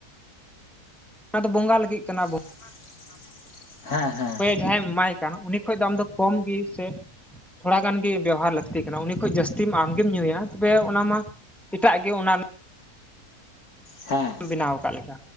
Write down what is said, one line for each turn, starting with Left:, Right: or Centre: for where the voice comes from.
Centre: ᱚᱱᱟ ᱫᱚ ᱵᱚᱸᱜᱟ ᱞᱟᱹᱜᱤᱫ ᱠᱟᱱᱟ ᱵᱚᱱ
Left: ᱵᱚᱜᱟ ᱞᱟ. ᱜᱤᱫ ᱠᱟᱱᱟ ᱵᱚᱱ ᱦᱮᱸ ᱦᱮᱸ
Centre: ᱡᱟᱦᱟᱸᱭ ᱮᱢ ᱮᱢᱟᱭ ᱠᱟᱱᱟ ᱩᱱᱤ ᱠᱷᱚᱡ ᱫᱚ ᱟᱢ ᱫᱚ ᱠᱚᱢ ᱜᱮ ᱥᱮ ᱛᱷᱚᱲᱟᱜᱟᱱ ᱜᱮ ᱵᱮᱣᱦᱟᱨ ᱞᱟᱹᱠᱛᱤ ᱠᱟᱱᱟ ᱩᱱᱤ ᱠᱷᱚᱡ ᱡᱟᱹᱥᱛᱤ ᱟᱢᱜᱮᱢ ᱧᱩᱭᱟ ᱛᱚᱵᱮ ᱚᱱᱟ ᱢᱟ ᱮᱴᱟᱜ ᱜᱮ ᱚᱱᱟ
Left: ᱦᱮᱸ
Centre: ᱨᱮᱱᱟᱜ ᱵᱮᱱᱟᱣ ᱠᱟᱜ ᱞᱮᱠᱟ